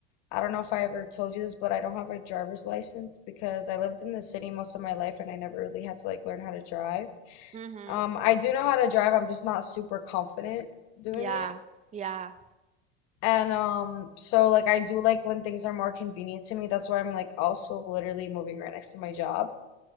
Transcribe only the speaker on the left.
I don't know if I ever told you this, but I don't have a driver's license because I lived in the city most of my life and I never really had to like learn how to drive.
Um, I do know how to drive, I'm just not super confident doing
it.
And um, so like I do like when things are more convenient to me. That's why I'm like also literally moving right next to my job.